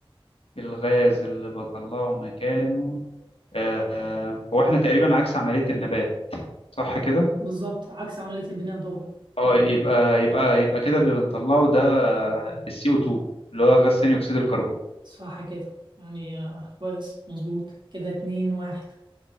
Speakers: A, on the left (about 80°); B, on the right (about 55°).
A: الغاز اللي بطلعه مكانه آه، هو احنا تقريبا عكس عمليه النبات صح كده
B: بالظبط عكس عملية البناء الضوئي
A: اه يبقى يبقى يبقى كده اللي بنطلعه ده السي او 2 اللي هو غاز ثاني اكسيد الكربون
B: صح كده يعني آه، كويس مظبوط كده اتنين واحد